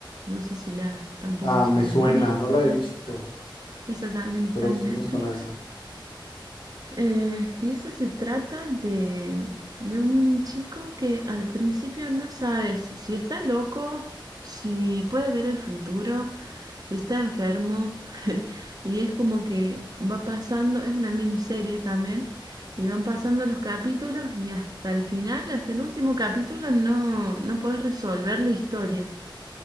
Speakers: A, on the right; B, on the left.
A: No sé si la, tampoco
B: Ah,
A: si
B: me
A: la
B: suena,
A: viste.
B: no la he visto,
A: Esa también está
B: pero
A: en
B: sí
A: Netflix.
B: me suena esa.
A: Eh, y eso se trata de, de un chico que al principio no sabes si si está loco, si puede ver el futuro, si está enfermo. <laughs> Y es como que va pasando, es una miniserie también, y van pasando los capítulos y hasta el final, hasta el último capítulo, no, no podés resolver la historia.